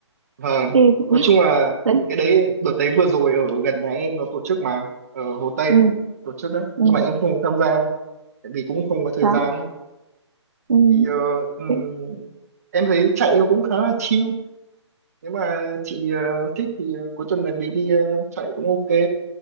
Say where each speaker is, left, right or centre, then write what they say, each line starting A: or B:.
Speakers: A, on the right; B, on the right.
A: vâng,
B: thì
A: nói chung là
B: đấy
A: cái đấy đợt đấy vừa rồi ở gần nhà em nó tổ chức mà ở Hồ Tây
B: ừ,
A: ấy, tổ chức đấy
B: ừ,
A: nhưng mà em không có tham gia tại vì cũng không có thời
B: đó
A: gian ấy.
B: ừ,
A: thì ờ, ừm,
B: thế,
A: em thấy chạy nó cũng khá là chill nếu mà chị ờ, thích thì ờ, cuối tuần này mình đi ờ, chạy cũng ok